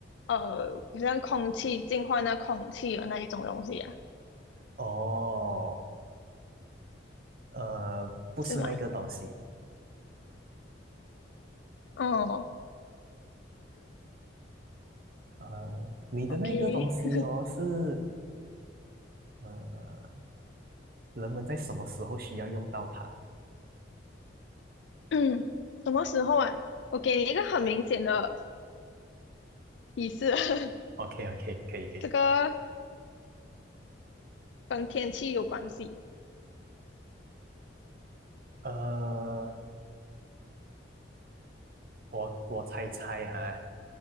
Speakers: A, on the left; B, on the right.
A: 呃，好像空气净化那空气的那一种东西啊，
B: 哦，呃，不是那个东西，
A: 是吗？哦
B: 呃，你的那个东西哦，
A: ，OK，
B: 是呃，人们在什么时候需要用到它
A: <clears throat> 嗯，<coughs> 什么时候啊？我给你一个很明显的提示，<laughs>
B: ？OK OK，可以可以，
A: 这个跟天气有关系。
B: 呃，我我猜猜哈，